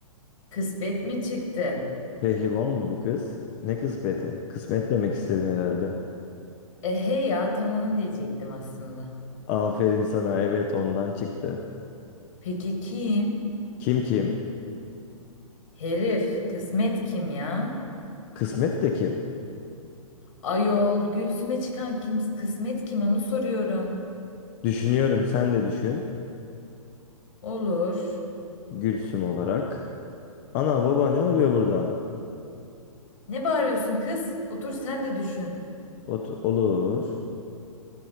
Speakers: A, on the left; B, on the left.
A: Kısmet mi çıktı?
B: Pehlivan mı bu kız? Ne kısmeti? Kısmet demek istedin herhalde.
A: E hey ya tam onu diyecektim aslında.
B: Aferin sana evet ondan çıktı.
A: Peki kim?
B: Kim kim?
A: Herif kısmet kim ya?
B: Kısmet de kim?
A: Ayol göğsüme çıkan kim kısmet kim onu soruyorum.
B: Düşünüyorum sen de düşün.
A: Olur.
B: Gülsüm olarak. Ana baba ne oluyor burada?
A: Ne bağırıyorsun kız? Otur sen de düşün.
B: Ot- olur.